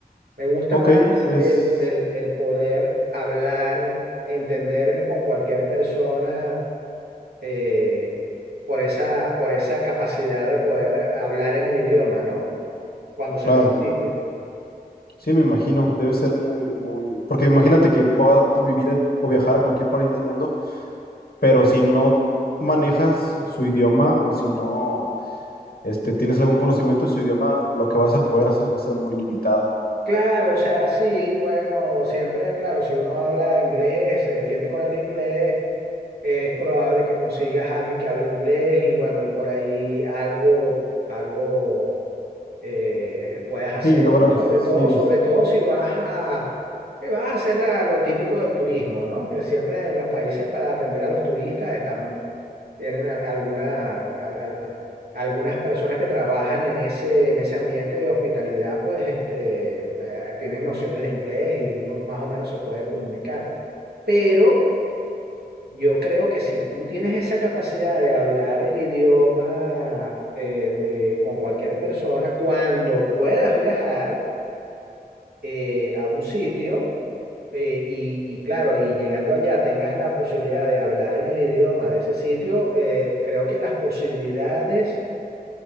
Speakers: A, on the right (about 80°); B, on the left (about 80°).
A: Me gusta
B: Ok,
A: más
B: es
A: el, el el poder hablar, entenderme con cualquier persona eh, por esa, por esa capacidad de poder hablar en el idioma, ¿no? Cuando se
B: claro.
A: necesite.
B: Sí, me imagino, debe ser muy, muy... Porque imagínate que puedas vivir en- o viajar a cualquier país del mundo, pero si no manejas su idioma o si no este, tienes algún conocimiento de su idioma, lo que vas a poder hacer va a ser muy limitado.
A: Claro, o sea, sí, bueno, siempre, claro, si uno habla inglés, se defiende con el inglés, es probable que consigas a alguien que hable inglés y bueno, y por ahí algo, algo eh, puedas hacer,
B: Sí, lograr,
A: ¿no? Sobre
B: sí,
A: todo, sobre todo si vas a, si vas a hacer la- lo típico del turismo, ¿no? Que siempre en los países para atender a los turistas están tienen al- alguna, al- al- a- algunas personas que trabajan en ese, en ese ambiente de hospitalidad, pues este, eh, tienen nociones de inglés y uno más o menos se puede comunicar. Pero yo creo que si tú tienes esa capacidad de hablar el idioma eh, eh, con cualquier persona, cuando puedas viajar eh, a un sitio, eh, y, y claro, y llegando allá tengas la posibilidad de hablar en el idioma de ese sitio, eh, creo que las posibilidades